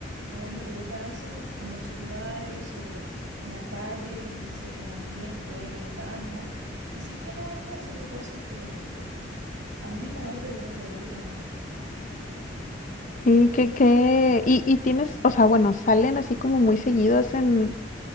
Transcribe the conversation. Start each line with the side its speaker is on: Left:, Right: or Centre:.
Right: adentro de casa con los celulares o en la calle, no sé con quién pueden estar, ¿no? Y sí quedan ahí haciendo cosas que animan a ellos durante el día, ¿no?
Left: Sí, que, que, y, y tienes, o sea, bueno, salen así como muy seguidos en,